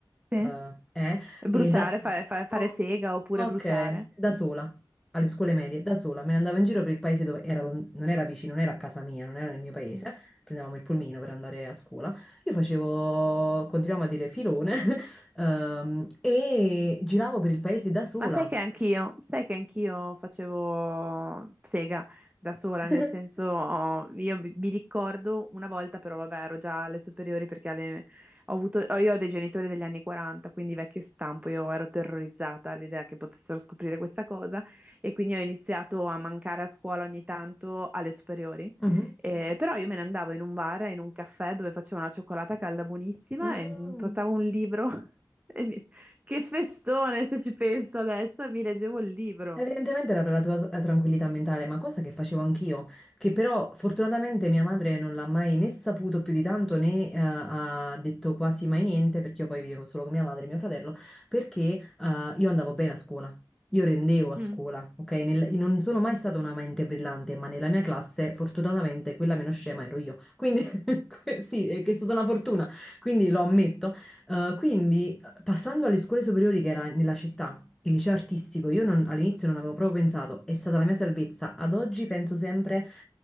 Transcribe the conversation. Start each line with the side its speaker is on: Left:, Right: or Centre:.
Right: sì.
Centre: Eh, eh, e
Right: Bruciare,
Centre: da...
Right: fa- fa- fare
Centre: oh,
Right: sega oppure
Centre: ok,
Right: bruciare.
Centre: da sola alle scuole medie da sola, me ne andavo in giro per il paese dove era lon- non era vicino, non era a casa mia, non era nel mio paese,
Right: Sì.
Centre: prendevamo il pulmino per andare a scuola. Io facevo, continuiamo a dire filone, <laughs> ehm, e giravo per il paese da sola.
Right: Ma sai che anch'io, sai che anch'io facevo sega da sola,
Centre: <laughs>
Right: nel senso, oh, io mi mi ricordo una volta, però vabbè, ero già alle superiori perché alle- ho avuto, ho- io ho dei genitori degli anni 40, quindi vecchio stampo, io ero terrorizzata all'idea che potessero scoprire questa cosa e quindi ho iniziato a mancare a scuola ogni tanto alle superiori.
Centre: Mhm.
Right: Eh, però io me ne andavo in un bar, in un caffè dove facevo una cioccolata calda buonissima
Centre: Mm.
Right: e mi portavo un libro. <laughs> E mi, che festone, se ci penso adesso, e mi leggevo il libro.
Centre: Evidentemente era per la tua eh, tranquillità mentale, ma cosa che facevo anch'io, che però fortunatamente mia madre non l'ha mai né saputo più di tanto né eh, ha detto quasi mai niente, perché io poi vivevo solo con mia madre e mio fratello, perché eh, io andavo bene a scuola, io rendevo a
Right: Mm.
Centre: scuola, ok? Nel- io non sono mai stata una mente brillante, ma nella mia classe fortunatamente quella meno scema ero io, quindi <laughs> que- sì, è che è stata una fortuna, quindi lo ammetto. Eh, quindi eh, passando alle scuole superiori che era nella città, il liceo artistico, io non- all'inizio non avevo proprio pensato, è stata la mia salvezza. Ad oggi penso sempre